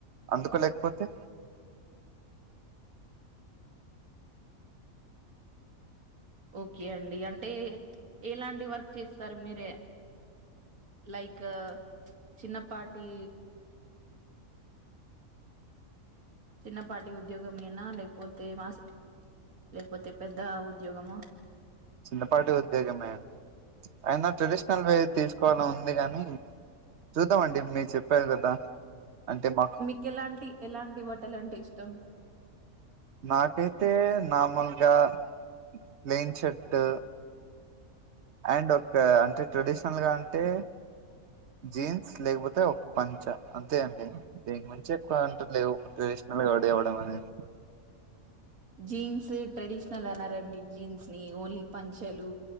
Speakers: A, on the right; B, on the right.
A: అందుకోలేకపోతే
B: ఓకే అండి అంటే ఎలాంటి వర్క్ చేస్తారు మీరే లైక్ చిన్నపాటి చిన్నపాటి ఉద్యోగమేనా లేకపోతే మాస్ లేకపోతే పెద్ద ఉద్యోగమా
A: చిన్నపాటి ఉద్యోగమేయంది అయినా ట్రెడిషనల్ వే తీసుకోవాల ఉంది కాని చూద్దామండి మీరు చెప్పారు కదా అంటే మాకు
B: మీకెలాంటి ఎలాంటి బట్టలంటే ఇష్టం
A: నాకైతే నార్మల్ గా ప్లేన్ శర్ట్ ట్ అండ్ ఒక అంటే ట్రెడిషనల్ గా అంటే జీన్స్ లేకపోతే ఒక పంచ అంతే అండి దీనికి మంచి అంట లేవు ట్రెడిషనల్ గా రెడీ ఆవ్వడం అనేది
B: జీన్స్ ట్రెడిషనల్ అనారండి జీన్స్ ని ఓన్లీ పంచలు